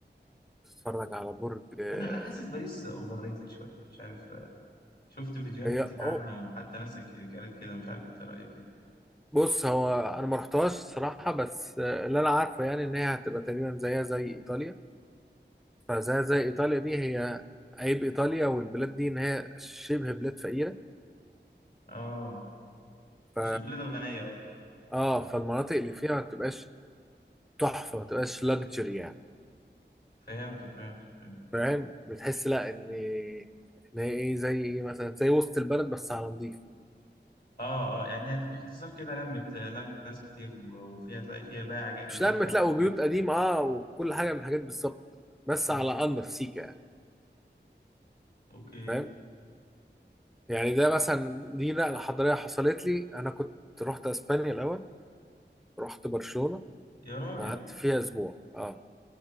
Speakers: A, in the centre; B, on the left (about 55°).
A: وتتفرج على برج آه،
B: انا انا حاسس باريس اوفر ريتد شوية مش عارف شفت فيديوهات
A: هي
B: كتير
A: أو
B: عنها وحتى ناس ك- قالت كده مش عارف انت رأيك ايه
A: بص هو انا ما رحتهاش صراحة بس آه، اللي انا عارفه يعني ان هي هتبقى تقريبا زيها زي ايطاليا فزيها زي ايطاليا دي هي عيب ايطاليا والبلاد دي ان هي شبه بلاد فقيرة
B: اه
A: ف
B: مش البلاد الغنية اه
A: اه فالمناطق اللي فيها ما بتبقاش تحفه ما تبقاش لاكجري يعني
B: فهمتك فهمتك فهمت
A: فاهم بتحس لا ان ان هي ايه زي ايه مثلا زي وسط البلد بس على نضيف
B: اه اه يعني يعني باختصار كده لمت لمت ناس كتير و- وفيها تلاقي فيها بايع جائلين
A: مش لما
B: بقى
A: تلاقوا
B: وحاجات
A: بيوت
B: زي
A: قديمه
B: كده
A: اه وكل حاجه من الحاجات بالظبط بس
B: اه
A: على انضف سيكه يعني
B: اوكي
A: فاهم يعني ده مثلا دي نقله حضاريه حصلت لي انا كنت رحت اسبانيا الاول رحت برشلونه
B: يا راجل
A: قعدت فيها اسبوع اه